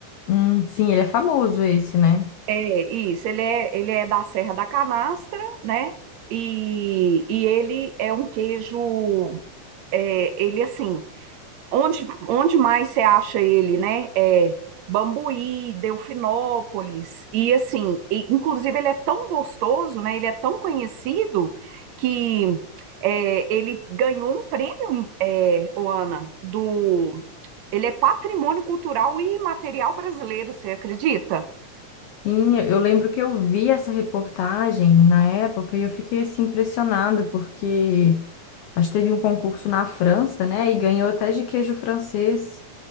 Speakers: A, on the left; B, on the right.
A: Hum, sim, ele é famoso esse, né?
B: É isso, ele é, ele é da Serra da Canastra, né? E, e ele é um queijo, é, ele assim, Onde, onde mais você acha ele, né? É Bambuí, Delfinópolis, e assim, e, inclusive ele é tão gostoso, né? Ele é tão conhecido que é, ele ganhou um prêmio, é, ô do. Ele é patrimônio cultural e material brasileiro, você acredita?
A: Sim, eu eu lembro que eu vi essa reportagem na época e eu fiquei assim impressionada porque acho que teve um concurso na França, né? E ganhou até de queijo francês